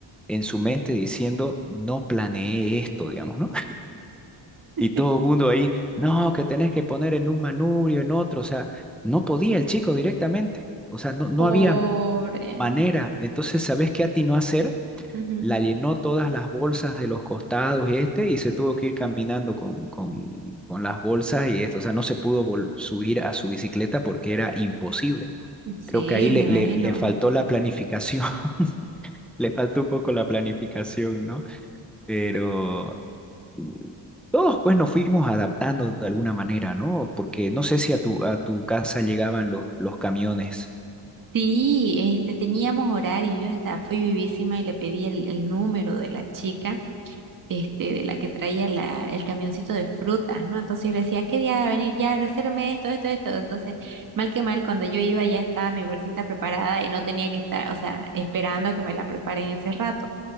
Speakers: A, in the centre; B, on the right (about 45°).
A: en su mente diciendo, no planeé esto, digamos, ¿no? <laughs>
B: <laughs>
A: Y todo el mundo ahí, no, que tenés que poner en un manubrio, en otro. O sea, no podía el chico directamente. O sea, no, no
B: Pobre.
A: había manera. Entonces, ¿sabés qué atinó a hacer?
B: Ujú.
A: la llenó todas las bolsas de los costados y este, y se tuvo que ir caminando con, con, con las bolsas y esto, o sea, no se pudo vol- subir a su bicicleta porque era imposible.
B: Sí,
A: Creo que ahí le,
B: me imagino.
A: le, le faltó la planificación, <laughs> le faltó un poco la planificación, ¿no? Pero mm, todos pues nos fuimos adaptando de alguna manera, ¿no? Porque no sé si a tu, a tu casa llegaban los, los camiones.
B: Sí, este, teníamos horario, yo hasta fui vivísima y le pedí el, el número de la chica este, de la que traía la- el camioncito de frutas, ¿no? Entonces yo le decía, ¿qué día va a venir ya? Resérvame esto, esto, esto. Entonces, mal que mal, cuando yo iba ya estaba mi bolsita preparada y no tenía que estar, o sea, esperando a que me la preparen ese rato.